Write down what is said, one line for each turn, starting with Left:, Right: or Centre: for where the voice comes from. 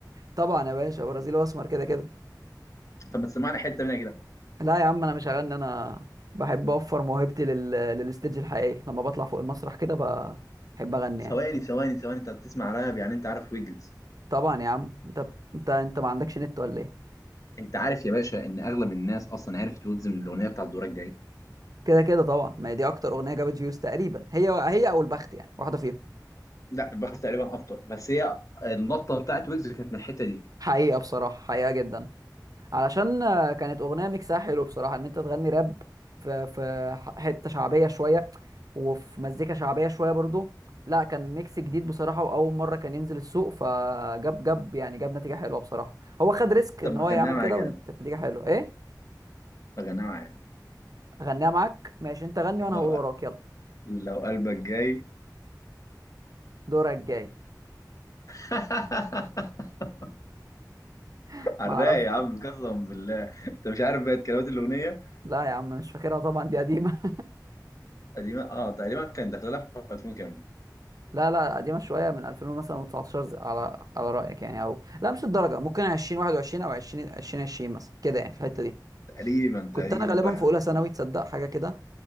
Right: طبعا يا باشا برازيلي واسمر كده كده
Left: طب ما تسمعني حته منها كده
Right: لا يا عم انا مش هغني انا بحب اوفر موهبتي لل... للستيج الحقيقي لما بطلع فوق المسرح كده ب- بحب اغني
Left: ثواني
Right: يعني
Left: ثواني ثواني انت بتسمع راب يعني انت عارف ويجز
Right: طبعا يا عم انت انت انت ما عندكش نت ولا ايه
Left: انت عارف يا باشا ان اغلب الناس اصلا عرفت ويجز من الاغنيه بتاعت دورك جاي
Right: كده كده طبعا ما هي دي اكتر اغنيه جابت فيوز تقريبا هي هي او البخت يعني واحده فيهم
Left: لا البخت تقريبا اكتر بس هي النطه بتاعت ويجز كانت من الحته دي
Right: حقيقه بصراحه حقيقه جدا علشان آه، كانت اغنيه ميكسها حلو بصراحه ان انت تغني راب في في ح- حته شعبيه شويه وفي مزيكا شعبيه شويه برضو لا كان ميكس جديد بصراحه واول مره كان ينزل السوق فجاب جاب يعني جاب نتيجه حلوه بصراحه هو خد ريسك
Left: طب
Right: ان
Left: ما
Right: هو
Left: غناها
Right: يعمل
Left: معايا
Right: كده
Left: كده
Right: وكانت نتيجه حلوه ايه
Left: ما غناها معايا
Right: اغنيها معاك ماشي انت غني
Left: لو
Right: وانا هقول وراك يلا
Left: لو قلبك جاي
Right: دورك جاي
Left: <laughs>
Right: <laughs>
Left: حراق
Right: ما اعرفش
Left: يا عم قسما بالله انت مش عارف بقى كلمات الاغنيه
Right: لا يا عم مش فاكرها طبعا دي قديمه
Left: قديمه اه تقريبا كان داخله لها في 2000 كام
Right: لا لا قديمة شوية من 2000 مثلا و19 ز- على على رأيك يعني او لا مش الدرجة ممكن 2021 او 20 2020 مثلا كده يعني في الحتة دي
Left: تقريبا
Right: كنت
Left: تقريبا
Right: انا غالبا
Left: رايحه
Right: في اولى
Left: في الحته
Right: ثانوي
Left: دي
Right: تصدق حاجة كده